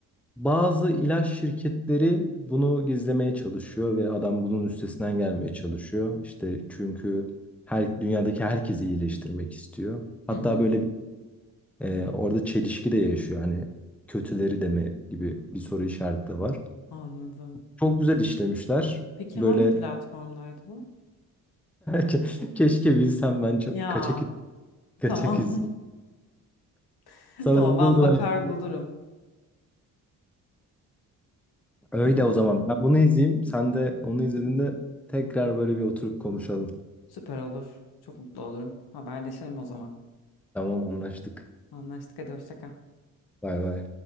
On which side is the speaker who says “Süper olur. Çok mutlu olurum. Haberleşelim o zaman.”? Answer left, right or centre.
Left